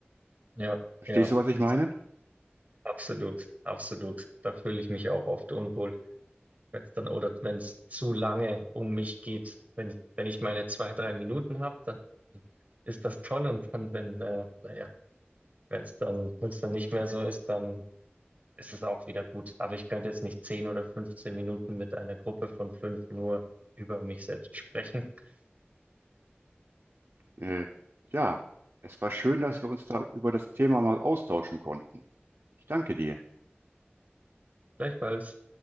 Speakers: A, on the right; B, on the right.
A: Ja,
B: Verstehst
A: ja,
B: du, was ich
A: das,
B: meine?
A: absolut, absolut. Da fühle ich mich auch oft unwohl, wenn es dann oder wenn es zu lange um mich geht. Wenn ich, wenn ich meine zwei, drei Minuten habe, dann ist das toll und dann, wenn, äh, naja, wenn es dann, wenn es dann nicht mehr so ist, dann ist es auch wieder gut. Aber ich könnte jetzt nicht 10 oder 15 Minuten mit einer Gruppe von fünf nur über mich selbst sprechen. <laughs>
B: Äh, ja, es war schön, dass wir uns da über das Thema mal austauschen konnten. Ich danke dir.
A: Gleichfalls.